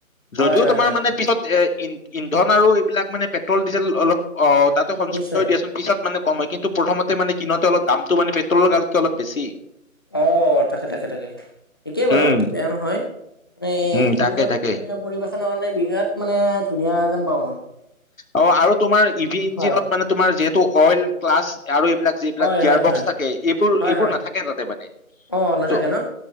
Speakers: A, on the left; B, on the left.
A: যদিও
B: হয় হয়
A: তোমাৰ
B: হয়
A: মানে পিছত এ ইন্ধন আৰু এইবিলাক মানে পেট্ৰল ডিজেল অলপ অ তাতে সঞ্চয়
B: নিশ্চয়
A: হয় দিয়াচোন, পিছত মানে কম হয়, কিন্তু প্ৰথমতে মানে কিনোতে অলপ দামটো মানে পেট্ৰলৰ গাড়ীতকে অলপ বেছি।
B: অ তাকে তাকে তাকে একেই বাৰু
A: উম
B: বেয়া নহয়। মানে
A: উম
B: এইবোৰত
A: তাকে তাকে
B: মানে পৰিবেশনৰ বিৰাট মানে ধুনীয়া যেন পাওঁ মই।
A: অ আৰু তোমাৰ ই ভি ইঞ্জিনত
B: হয়
A: মানে তোমাৰ যিহেতু অইল প্লাছ আৰু এইবিলাক যিবিলাক
B: হয়
A: গিয়াৰ
B: হয়
A: বক্স
B: হয়
A: থাকে এইবোৰ
B: হয়
A: এইবোৰ
B: হয়
A: নাথাকে তাতে মানে। ত
B: অ নাথাকে ন